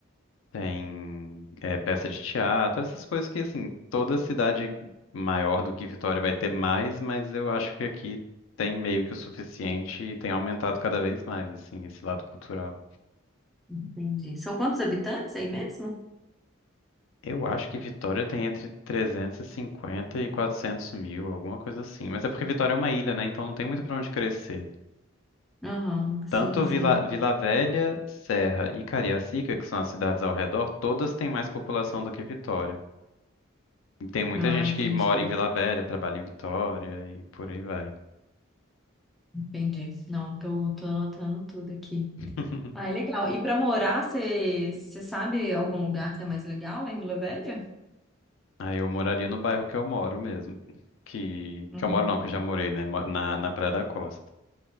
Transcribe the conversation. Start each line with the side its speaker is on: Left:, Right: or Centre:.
Left: tem é, peça de teatro, essas coisas que, assim, toda cidade maior do que Vitória vai ter mais, mas eu acho que aqui tem meio que o suficiente e tem aumentado cada vez mais, assim, esse lado cultural.
Centre: Entendi. São quantos habitantes é aí mesmo?
Left: Eu acho que Vitória tem entre 350 e 400 mil, alguma coisa assim. Mas é porque Vitória é uma ilha, né? Então não tem muito pra onde crescer.
Centre: Aham, sim,
Left: Tanto
Centre: sim.
Left: Vila, Vila Velha, Serra e Cariacica, que são as cidades ao redor, todas têm mais população do que Vitória. E Tem muita
Centre: Ah,
Left: gente
Centre: entendi,
Left: que mora em Vila Velha, trabalha em Vitória e por aí vai.
Centre: entendi. Não, tô, tô anotando tudo aqui.
Left: <laughs>
Centre: Ah, é legal. E pra morar, você você sabe algum lugar que é mais legal lá em Vila Velha?
Left: Aí eu moraria no bairro que eu moro mesmo. Que,
Centre: Hum,
Left: que eu moro não, que eu já morei, né? Moro Na, na Praia da Costa.